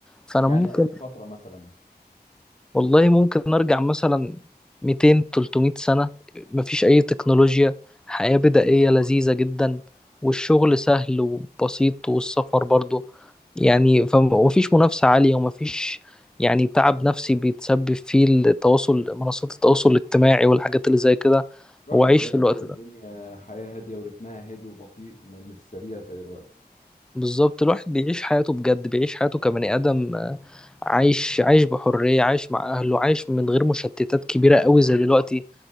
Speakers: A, in the centre; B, on the left (about 45°).
A: فانا
B: يعني
A: ممكن
B: اي فترة مثلا
A: والله ممكن نرجع مثلا 200 300 سنة مفيش أي تكنولوجيا حياة بدائية
B: آه.
A: لذيذة جدا والشغل سهل وبسيط والسفر برضو يعني فم- ومفيش منافسة عالية ومفيش يعني تعب نفسي بيتسبب فيه التواصل منصات التواصل الاجتماعي والحاجات اللي زي كده
B: راحت
A: هو عايش
B: بال
A: في الوقت
B: والدنيا
A: ده
B: حياة هادية ورتمها هادي وبطيء م- مش سريع زي دلوقتي
A: بالظبط الواحد بيعيش حياته بجد بيعيش حياته كبني آدم آه، عايش عايش بحرية عايش مع أهله عايش من غير مشتتات كبيرة قوي
B: اه
A: زي
B: اه
A: دلوقتي
B: اه